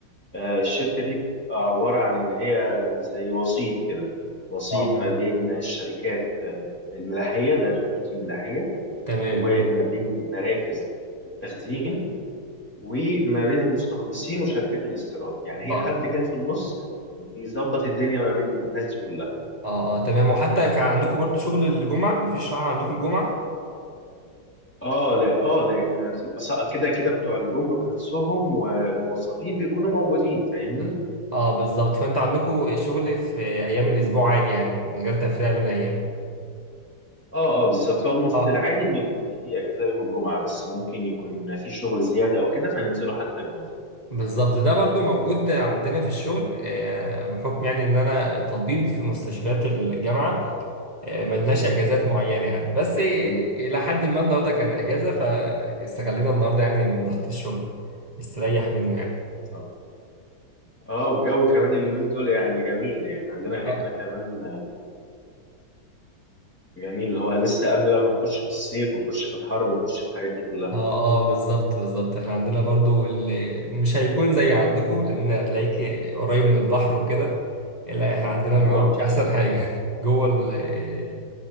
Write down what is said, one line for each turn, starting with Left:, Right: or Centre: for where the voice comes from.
Centre: آه، الشركه دي بتبقى عباره عن ان هي زي وسيط كده وسيط
Right: اه
Centre: ما بين الشركات آه، الملاحيه اللي هي الخطوط الملاحيه
Right: تمام
Centre: وما بين مراكز التخزين وما بين المستخلصين وشركات الاستيراد يعني هي
Right: اه
Centre: حد كده في النص بيظبط الدنيا ما بين الناس دي كلها
Right: اه اه تمام وحتى كان عندكم برضو شغل الجمعة مفيش راحة عندكم الجمعة؟
Centre: اه لا اه لان بتبقى سا- كده كده بتوع الجمرك نفسهم والموظفين بيكونوا موجودين فاهمني
Right: ب... اه بالظبط فانت عندكم الشغل في ايام الاسبوع عادي يعني من غير تفرقة بين الايام
Centre: اه اه بالظبط هو المفروض
Right: اه
Centre: العادي ان يكون في اجازه يوم الجمعه بس ممكن يكون في شغل زياده او كده فننزله حتى الجمعه
Right: بالظبط ده برضو موجود عندنا في الشغل آه، بحكم يعني ان انا طبيب في مستشفيات الجامعة ملناش اجازات معينه يعني بس
Centre: امم
Right: الى حد ما النهارده
Centre: جامد
Right: كان اجازه فاستغلينا النهارده يعني من ضغط الشغل نستريح منه يعني
Centre: اه اه والجو كمان اليومين دول يعني جميل يعني عندنا
Right: اه
Centre: احنا كمان جميل اللي هو لسه قبل بقى ما نخش في الصيف ونخش في الحر ونخش في الحاجات دي كلها
Right: اه آه، بالظبط بالظبط احنا عندنا برضو اللي مش هيكون زي عندكم لان هتلاقيك قريب من البحر وكده لا احنا عندنا
Centre: اه
Right: الجو مش احسن حاجه <laughs> جوه ال-